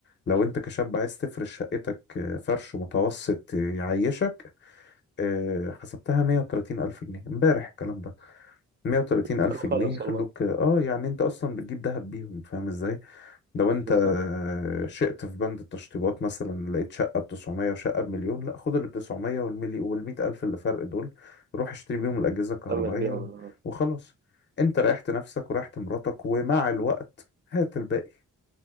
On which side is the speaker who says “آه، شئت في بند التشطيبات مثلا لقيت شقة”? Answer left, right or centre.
Left